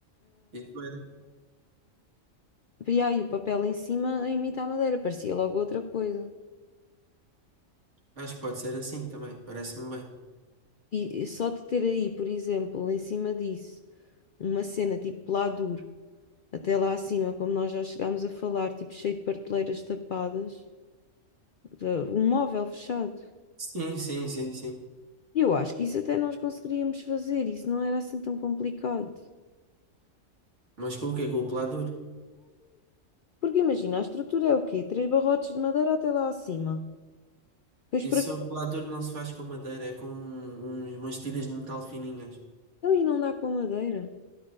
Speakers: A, on the right; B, on the left.
A: Isso era.
B: E aí o papel em cima a imitar madeira, parecia logo outra coisa.
A: Acho que pode ser assim também. Parece-me bem.
B: E e só de ter aí, por exemplo, em cima disso, uma cena tipo pladur. Até lá acima, como nós já chegámos a falar, tipo cheio de prateleiras tapadas, eh, um móvel fechado.
A: Sim, sim, sim, sim.
B: E eu acho que isso até nós conseguiríamos fazer, isso não era assim tão complicado.
A: Mas com o quê? Com o pelador?
B: Porque imagina, a estrutura é o quê? Três barrotes de madeira até lá acima. Depois
A: Isso,
B: para cá
A: o pelador não se faz com madeira, é com um- umas tiras de metal fininhas.
B: então, e não dá com madeira.